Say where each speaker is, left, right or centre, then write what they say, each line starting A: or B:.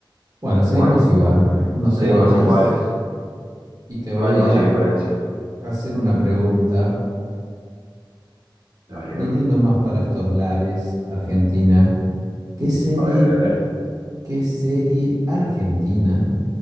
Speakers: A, on the right; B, on the right.
A: Bueno, seguimos
B: Bueno,
A: igual. Uno
B: seguimos
A: cero ganás.
B: iguales.
A: Y te voy
B: No hay mucha
A: a
B: diferencia.
A: hacer una pregunta.
B: Dale.
A: Viniendo
B: ¿eh?
A: más para estos lares, Argentina. ¿Qué serie,
B: A ver, a ver, a ver.
A: qué serie argentina